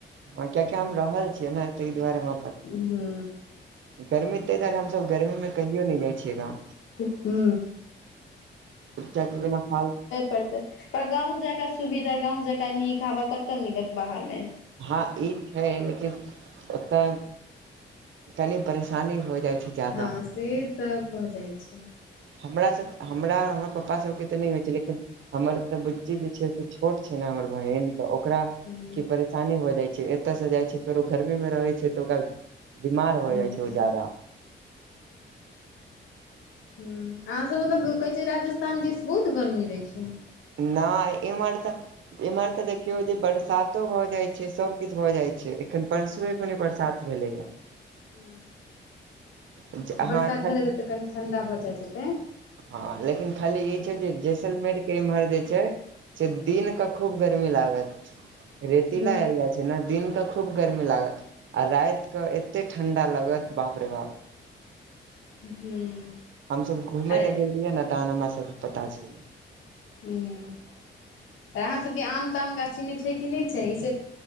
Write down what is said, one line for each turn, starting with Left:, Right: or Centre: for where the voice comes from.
Right: हँ कियकि हम रहल छियै ने ताहि दुआरे हम
Left: हूं
Right: गर्मी ताहि दुआरे हमसब गर्मीमे कहियो नहि जाइ छियै गाम
Left: हू
Right: च द <unintelligible> ना फाल
Left: परतै त गाँंव जका सुविधा गांव जका नीक हवा कतऽ मिलति बाहर मे
Right: हँ ई छै लेकिन ओतऽ तनी परेशानी हो जाइ छै ज्यादा
Left: हँ से तऽ भऽ जाई छै
Right: हमरा सब हमरा पापा सबके तऽ नहि होइ छै लेकिन हमर तऽ बुच्ची जे छै से छोट छै ने हमर बहिन तऽ ओकरा
Left: हूँ
Right: की परेशानी हो जाय छै एतय से जाय छै फेरो गर्मी मे रहे छै तऽ ओ बीमार हो
Left: हूँ
Right: जाई छै ओ जादा
Left: हूं अहाँ सब ओतऽ कहै छै राजस्थान दिस बहुत गर्मी रहै छै
Right: नए इमहर त एम्हर तऽ देखियौ जे बरसातो भऽ जाइ छै सब किछ भऽ जाइ छै एखन परसुए भेलै बरसात भेलैया
Left: हँ
Right: ज- अहाँ
Left: बरसात
Right: एखन
Left: भऽ जाय तब त कनि ठण्डा भऽ जाइत हेतै
Right: हँ लेकिन खाली ई छै जे जैसलमेर के इम्हर जे छै से दिन क खूब गरमी लागत रेतीला
Left: हूँ
Right: एरिया छै ने दिन क खूब गर्मी लागत आ राति के एते ठंडा लागत बाप अरे बाप
Left: हूँ
Right: हमसब घुमै
Left: आ
Right: लए गेल रहियै न ता हमरा सबके पता छै
Left: हूँ तऽ अहाँ सभके आम ताम गाछी में छै कि नय छै ई से